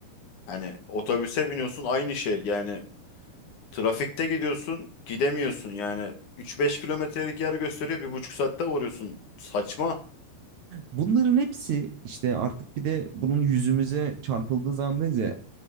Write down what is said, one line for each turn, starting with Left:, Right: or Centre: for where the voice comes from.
Left: Hani otobüse biniyorsun aynı şey. Yani Trafikte gidiyorsun, gidemiyorsun yani. üç beş kilometrelik yer gösteriyor, bir buçuk saatte varıyorsun. Saçma.
Right: Bunların hepsi işte artık bir de bunun yüzümüze çarpıldığı zamandayız ya.